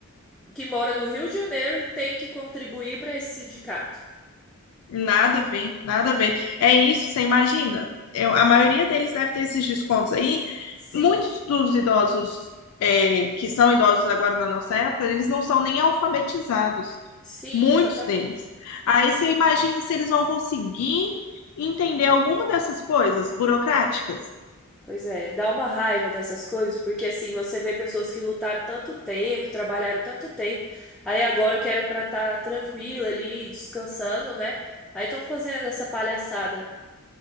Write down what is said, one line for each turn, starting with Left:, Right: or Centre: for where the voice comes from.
Centre: que mora no Rio de Janeiro tem que contribuir para esse sindicato.
Left: Nada a ver, nada a ver. É isso, você imagina? Eu- a maioria deles deve ter esses descontos aí.
Centre: Sim,
Left: Muitos dos idosos é, que são idosos agora na nossa época, eles não são nem alfabetizados.
Centre: sim,
Left: Muitos
Centre: exatamente.
Left: deles. Aí você imagina se eles vão conseguir entender alguma dessas coisas burocráticas?
Centre: Pois é, dá uma raiva dessas coisas, porque assim, você vê pessoas que lutaram tanto tempo, trabalharam tanto tempo, aí agora que era para estar tranquila ali, descansando, né? Aí estão fazendo essa palhaçada